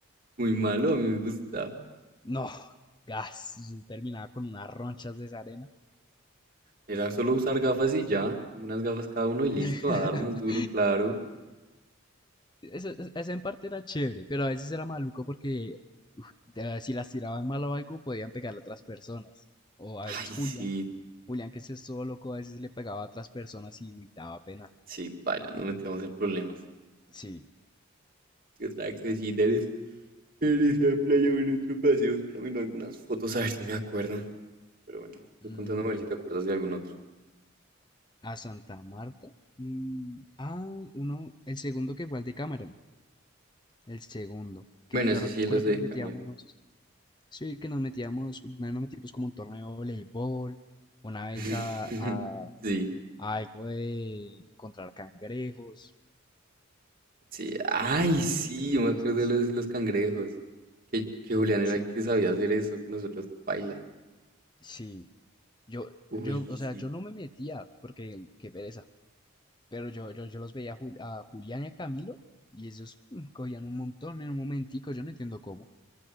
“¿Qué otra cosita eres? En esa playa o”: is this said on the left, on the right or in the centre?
Right